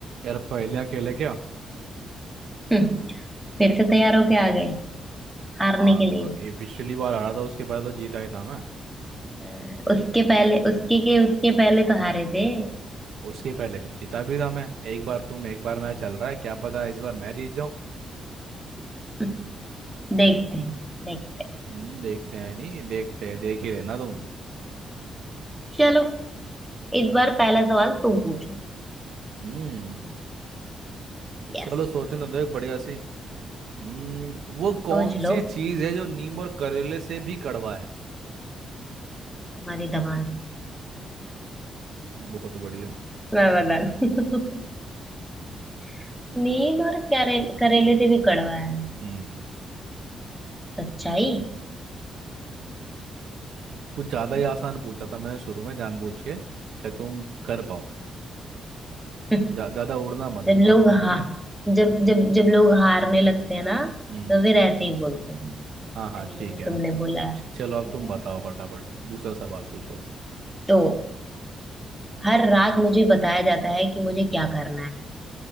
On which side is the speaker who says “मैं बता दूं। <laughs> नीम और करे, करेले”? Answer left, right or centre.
Centre